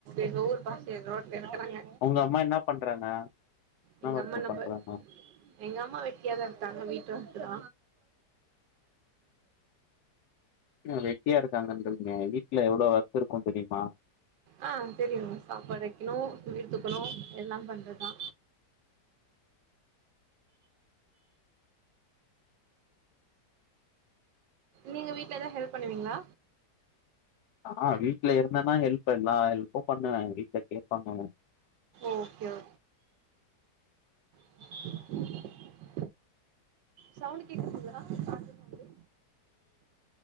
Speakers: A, on the right; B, on the left.
A: எங்க ஊர் பாஷ் ஏ ரோட்ல நீக்கிறாங்க
B: உங்க அம்மா என்னா பண்றாங்க என்னா
A: எங்க
B: ஒர்க்
A: அம்மா நம்ம
B: பண்றாங்க
A: எங்க அம்மா வெட்டியாதா இருக்காங்க வீட் ஓர்க்தா
B: என்ன வெட்டியா இருக்காங்கன்றீங்க வீட்ல எவ்ளோ வொர்க் இருக்கு தெரியுமா
A: ஆ தெரியு சாப்பாடு வெக்குணு வீடு தூக்குணு எல்லா பண்றதுதா நீங்க வீட்ல எதா ஹெல்ப் பண்வீங்ளா
B: ஆ வீட்ல இருந்தனா ஹெல்ப் எல்லா ஹெல்ப்பு பண்ணுவே வீட்ல கேப்பாங்க
A: ஓகே ஓ <unintelligible> சவுண்டு கேக்துங்களா பாட்டு சவுண்டு